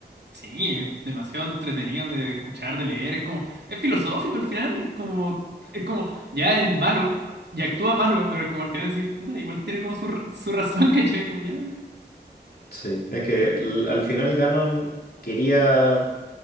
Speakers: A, on the right (about 70°); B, on the left (about 60°).
A: Sí, es demasiado entretenido de escuchar, de leer, es como, es filosófico al final, es como, es como, ya el malo, y actúa malo, pero es como al final decís, puta, igual tiene como su, r- su razón, <laughs> ¿cachai? Como ya,
B: Sí, es que l- al final Ganon quería